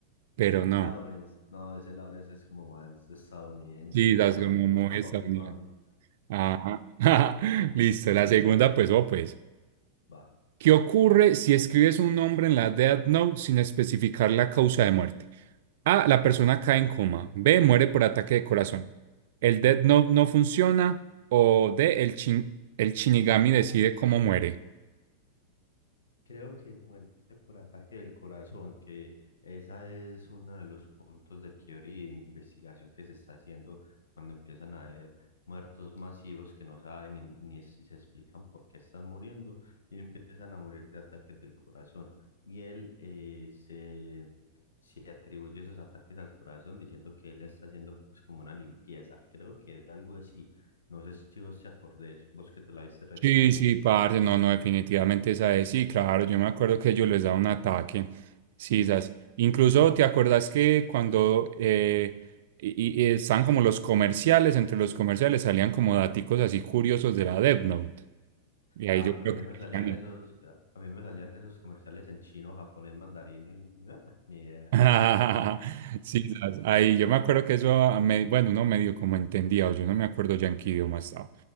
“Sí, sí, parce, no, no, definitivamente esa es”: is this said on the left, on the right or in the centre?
Right